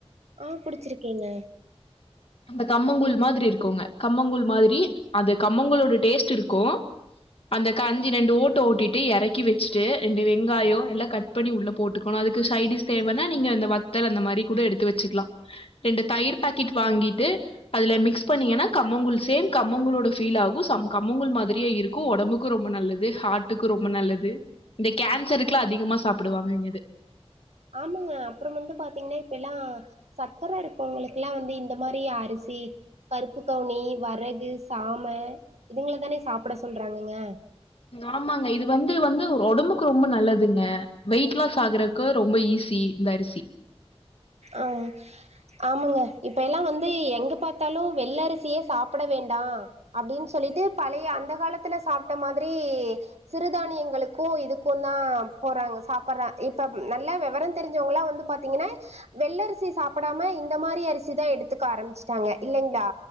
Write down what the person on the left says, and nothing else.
அந்த கம்மங்கூழ் மாதிரி இருக்குங்க கம்மங்கூழ் மாதிரி அது கம்மங்கூலோட டேஸ்ட் இருக்கு அந்த கஞ்சி ரெண்டு ஓட்டு ஓட்டிட்டு எறக்கி வெச்சிட்டு ரெண்டு வெங்காயோ எல்லாம் கட் பண்ணி உள்ள போட்டுக்கணு அதுக்கு சைடிஸ் தேவனா நீங்க இந்த வத்தல் அந்த மாரி கூட எடுத்து வச்சுக்கலாம் ரெண்டு தயிர் பாக்கெட் வாங்கிட்டு அதுல மிக்ஸ் பண்ணீங்கன்னா கம்மங்கூழ் சேம் கம்மங்கூளோட ஃபீல் ஆகும் சம் கம்மங்கூழ் மாதிரியே இருக் க்கு ஒடம்புக்கும் ரொம்ப நல்லது ஹாட்டுக்கும் ரொம்ப நல்லது இந்த கேன்சருக்குல்லா அதிகமா சாப்டுவாங்க இது
ஆமாங்க இது வந்து வந்து ஒடம்புக்கு ரொம்ப நல்லதுங்க வெயிட் லாஸ் ஆகுறக்கு ரொம்ப ஈஸி இந்த அரிசி